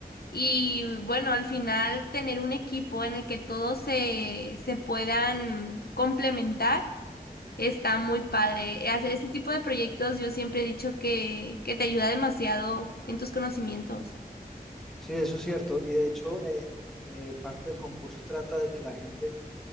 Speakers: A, on the left; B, in the centre.
A: y bueno, al final tener un equipo en el que todos se, se puedan complementar Está muy padre. Hacer este tipo de proyectos yo siempre he dicho que, que te ayuda demasiado en tus conocimientos.
B: sí, eso es cierto. Y de hecho, eh, eh, parte del concurso trata de que la gente,